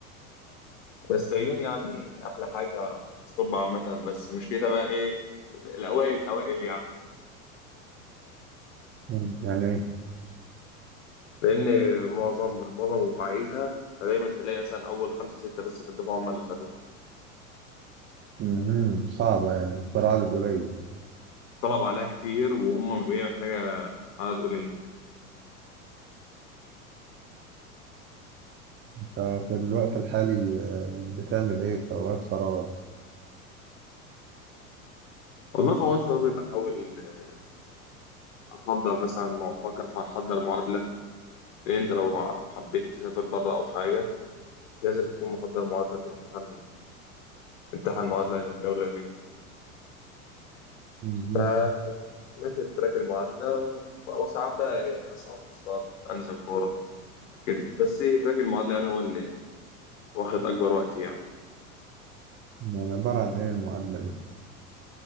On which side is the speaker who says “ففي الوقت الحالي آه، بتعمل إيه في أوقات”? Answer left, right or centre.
Right